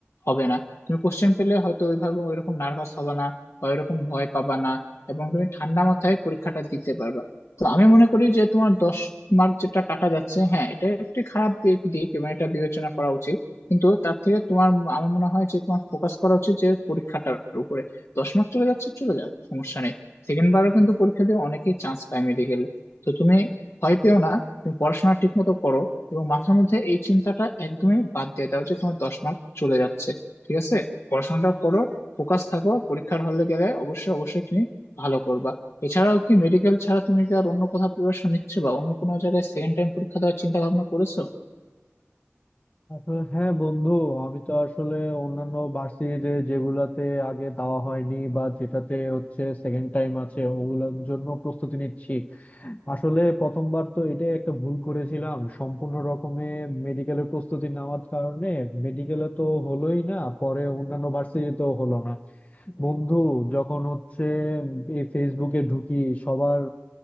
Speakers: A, on the left; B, on the left.
A: হবে না তুমি কোশ্চেন পেলে হয়তো ওইভাবে ওইরকম নার্ভাস হবে না বা ওইরকম ভয় পাবা না এবং তুমি ঠান্ডা মাথায় পরীক্ষাটা দিতে পারবা তো আমি মনে করি যে তোমার দশ মার্ক যেটা কাটা যাচ্ছে হ্যাঁ এটা একটি খারাপ দিক দিক এবং এটা বিবেচনা করা উচিত কিন্তু তার থেকে তোমার আমার মনে হয় যে তোমার ফোকাস করা উচিত যে পরীক্ষাটার উপরে দশ মিনিট চলে যাচ্ছে চলে যাক সমস্যা নেই সেকেন্ড বারও কিন্তু পরীক্ষা দিয়ে অনেকেই চান্স পায় মেডিকেলে তো তুমি ভয় পেও না তুমি পড়াশোনা ঠিক মতো করো এবং মাথার মধ্যে এই চিন্তাটা একদমই বাদ দিয়ে দাও যে তোমার দশ মার্ক চলে যাচ্ছে ঠিক আছে পড়াশোনাটা করো ফোকাস থাকো পরীক্ষার হলে গেলে অবশ্যই অবশ্যই তুমি ভালো করবা এছাড়াও কি মেডিকেল ছাড়া তুমি কি আর অন্য কোথাও প্রিপারেশন নিচ্ছে বা অন্য কোনো জায়গায় সেকেন্ড টাইম পরীক্ষা দেওয়ার চিন্তা ভাবনা করেছো
B: আসলে হ্যাঁ বন্ধু আমি তো আসলে অন্যান্য ভার্সিটিতে যেগুলাতে আগে দেওয়া হয়নি বা যেটাতে হচ্ছে সেকেন্ড টাইম আছে ওগুলোর জন্য প্রস্তুতি নিচ্ছি আসলে প্রথমবার তো এটাই একটা ভুল করেছিলাম সম্পূর্ণ রকমে মেডিকেলের প্রস্তুতি নেওয়ার কারণে মেডিকেলে তো হলোই না পরে অন্যান্য ভার্সিটিতেও হলো না বন্ধু যখন হচ্ছে উম, এই ফেসবুকে ঢুকি সবার